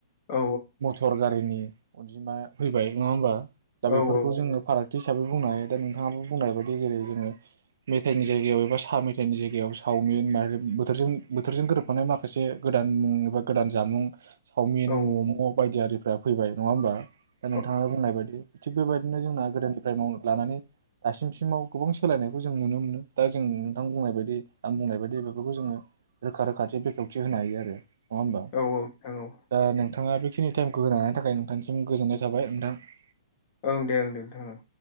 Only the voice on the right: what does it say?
मटर गारिनि अनजिमाया फैबाय नङा होमबा दा बेफोरखौ
जोङो फाराग थि हिसाबै बुंनो हायो। दा नोंथाङाबो बुंनाय बायदि जेरै जोङो मेथाइनि जायगायाव एबा साहा मेथाइनि जायगायाव सावमिन ओम बोथोरजों बोथोरजों गोरोबफानाय माखासे गोदान मुं एबा गोदान जामुं चावमिन
म'म बायदि आरिफ्रा फैबाय नङा होनबा। दा नोंथाङा
बुंनाय बायदि। थिग बेबायदिनो जोंना गोदोनिफ्राय मावनो लानानै दासिमसिमाव गोबां सोलायनायखौ जों नुनो मोनो। दा जों नोंथां बुंनाय बायदि आं बुंनाय बायदि बेफोरखौ जोङो रोखा रोखाथि बेखेवथि होनो हायो आरो। नङा होमबा।
दा नोंथां थाङाबो खिनि टाइमखौ होनो हानायनि थाखाय नोंथांनिसिम गोजोननाय थाबाय नोंथां।